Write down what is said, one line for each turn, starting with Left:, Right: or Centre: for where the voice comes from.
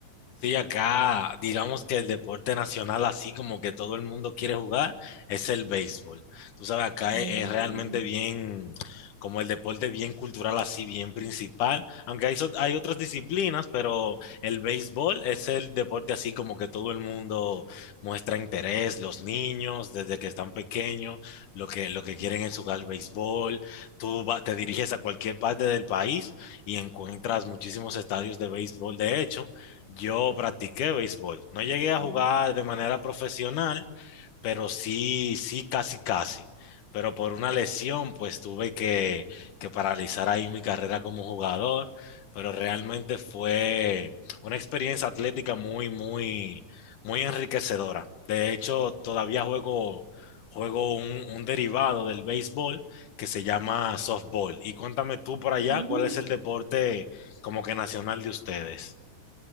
Left: Sí, acá, digamos que el deporte nacional, así como que todo el mundo quiere jugar, es el béisbol. Tú sabes, acá
Right: Mm,
Left: es, es realmente bien, como el deporte bien cultural, así bien principal. Aunque hay, so- hay otras disciplinas, pero el béisbol es el deporte así como que todo el mundo muestra interés, los niños desde que están pequeños, lo que, lo que quieren es jugar béisbol. Tú va- te diriges a cualquier parte del país y encuentras muchísimos estadios de béisbol, de hecho. Yo practiqué béisbol. No llegué a
Right: ujú.
Left: jugar de manera profesional, pero sí, sí, casi, casi. Pero por una lesión, pues tuve que, que paralizar ahí mi carrera como jugador. Pero realmente fue una experiencia atlética muy, muy, muy enriquecedora. De hecho, todavía juego, juego un, un derivado del béisbol que se llama softball. Y cuéntame tú por allá,
Right: Mm.
Left: ¿cuál es el deporte como que nacional de ustedes?